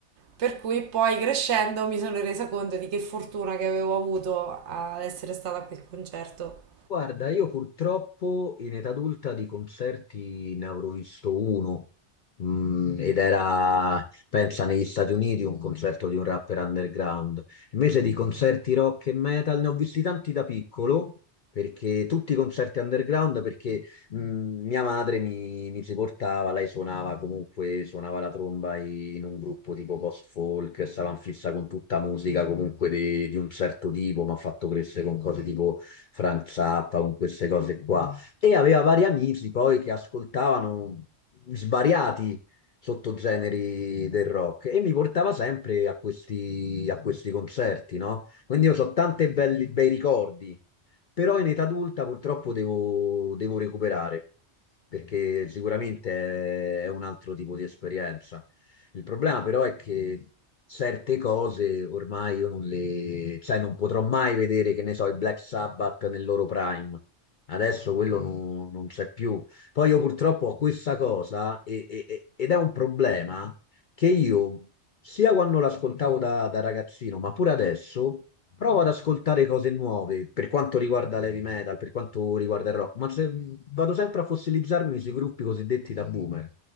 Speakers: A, on the right; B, on the left.
A: Per cui poi crescendo mi sono resa conto di che fortuna che avevo avuto ad essere stata a quel concerto.
B: Guarda, io purtroppo in età adulta di concerti ne avrò visto uno, mm, ed era, pensa, negli Stati Uniti un concerto di un rapper underground. Invece di concerti rock e metal ne ho visti tanti da piccolo, perché tutti i concerti underground, perché mm, mia madre mi, mi ci portava, lei suonava comunque, suonava la tromba i- in un gruppo tipo post-folk, stava in fissa con tutta musica comunque di, di un certo tipo, mi ha fatto crescere con cose tipo... Frank Zappa, con queste cose qua. E aveva vari amici poi che ascoltavano svariati sottogeneri del rock e mi portava sempre a questi, a questi concerti, no? Quindi io so tanti belli, bei ricordi, però in età adulta purtroppo devo, devo recuperare, perché sicuramente è è un altro tipo di esperienza. Il problema però è che certe cose ormai io non le, cioè non potrò mai vedere, che ne so, i Black Sabbath nel loro prime. Adesso quello non, non c'è più. Poi io purtroppo ho questa cosa e- e- e- ed è un problema che io, sia quando l'ascoltavo da, da ragazzino, ma pure adesso, provo ad ascoltare cose nuove per quanto riguarda l'heavy metal, per quanto riguarda il rock, ma se- vado sempre a fossilizzarmi sui gruppi cosiddetti da boomer.